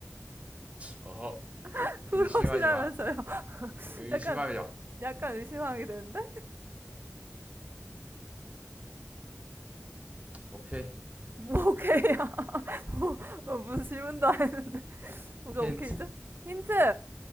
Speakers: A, on the right (about 25°); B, on the right (about 45°).
A: 어허,
B: <laughs> 프로씨라면서요.
A: 의심하지 마. 의심하며
B: <laughs> 약간, 약간 의심하게 되는데?
A: 오케이.
B: 뭐, 오케이야. <laughs> 뭐, 어, 무슨 질문도 안 해. 뭐가
A: 힌트.
B: 오케이죠? 힌트!